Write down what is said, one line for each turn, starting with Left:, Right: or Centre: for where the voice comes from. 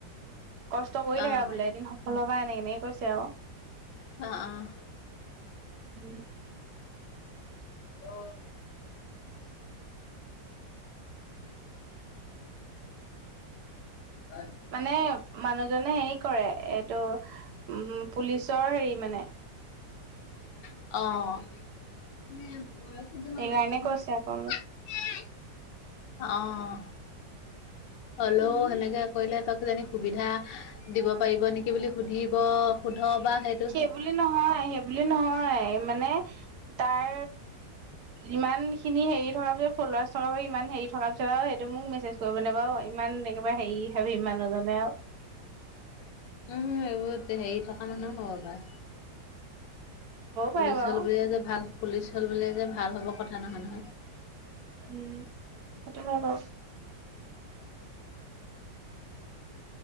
Right: কষ্ট কৰি
Left: অ',
Right: থাকা বোলে এদিন সফল হবা এনেকে -এনেকে কৈছে আৰু।
Left: অ', অ',
Right: উম,
Left: অ, <unintelligible>
Right: মানে মানুহজনে হেৰি কৰে এইটো উম পুলিচৰ হেৰি মানে,
Left: অ, <unintelligible>
Right: সেইকাৰণে কৈছে আকৌ মোক
Left: অহ, হলেও সেনেকে কৰিলে তাক কিজানি সুবিধা দিব পাৰিব নেকি বুলি সুধিব সোধবা সেইটো।
Right: সেইবুলি নহয় -সেইবুলি নহয় মানে তাৰ ইমান খিনি হেৰি থকাৰ পিছত ফল'আচ থকাৰ পিছ ইমান হেৰি থকাৰ পিছত আৰু সেইটো মোক মেছেজ- কৰিব নে বাও ইমান একেবাৰে হেৰি হাবি মানুহজনে আৰু
Left: উম এইবোত হেৰি থকা মানুহ হ'ব বা,
Right: হ'বও
Left: পুলিচ
Right: পাৰে বাৰু
Left: হল বুলিয় যে ভাল পুলিচ হল বুলিয়ে যে ভাল হব কথা নহয় নহয়।
Right: উম সেইটো হয় বাৰু